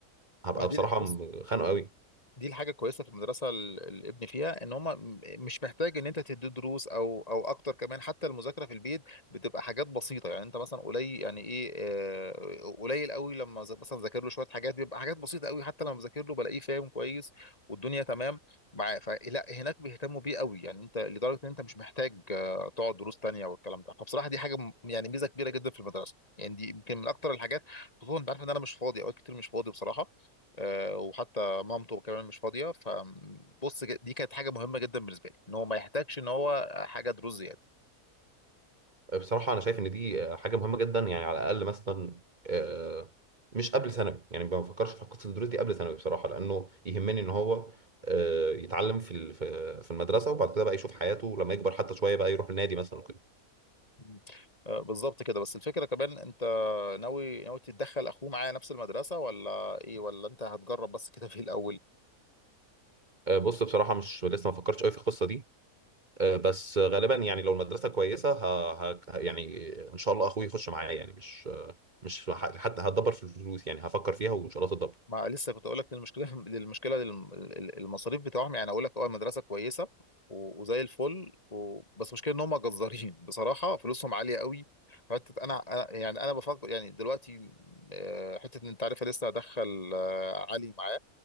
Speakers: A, on the right (about 35°); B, on the left (about 25°).
A: هبقى
B: ما دي
A: بصراحه
B: بص
A: خانقه قوي
B: دي الحاجه الكويسه في المدرسه ال- الابن فيها ان هم مش محتاج ان انت تدي دروس او او اكتر كمان حتى المذاكره في البيت بتبقى حاجات بسيطه يعني انت مثلا قليل يعني ايه آه، قليل قوي لما ز- مثلا ذاكر له شويه حاجات بيبقى حاجات بسيطه قوي حتى لما بذاكر له بلاقيه فاهم كويس والدنيا تمام معاه فلا هناك بيهتموا بيه قوي يعني انت لدرجه ان انت مش محتاج آه، تقعد دروس تانيه والكلام ده فبصراحه دي حاجه م- يعني ميزه كبيره جدا في المدرسه يعني دي يمكن من اكتر الحاجات خصوصا انت عارف ان انا مش فاضي اوقات كتير مش فاضي بصراحه آه، وحتى مامته كمان مش فاضيه فبص ج- دي كانت حاجه مهمه جدا بالنسبه لي ان هو ما يحتاجش ان هو حاجه دروس زياده
A: بصراحة أنا شايف إن دي حاجة مهمة جدا يعني على الأقل مثلا آه، مش قبل ثانوي يعني ما بفكرش في قصة الدروس دي قبل ثانوي بصراحة لأنه يهمني إن هو آه، يتعلم في ال- في في المدرسة وبعد كده بقى يشوف حياته لما يكبر حتى شوية بقى يروح النادي مثلا وكده
B: مم. آه، بالظبط كده بس الفكره كمان انت ناوي ناوي تتدخل اخوه معايا نفس المدرسه ولا ايه ولا انت هتجرب بس كده في الاول
A: آه، بص بصراحة مش لسه ما فكرتش قوي في القصة دي آه، بس غالبا يعني لو المدرسة كويسة ه... ه... يعني إن شاء الله أخوي يخش معايا يعني مش مش ه- حتى هتدبر في الفلوس يعني هفكر فيها وإن شاء الله تتدبر
B: ما لسه كنت اقول لك المشكله المشكله <laughs> للم- ال- المصاريف بتاعهم يعني اقول لك اه المدرسه كويسه و- وزي الفل و... بس مشكله ان هم جزارين <laughs> بصراحه فلوسهم عاليه قوي حته انا أنا- يعني انا بفكر يعني دلوقتي آه، حته ان انت عارف لسه هدخل آه، علي معايا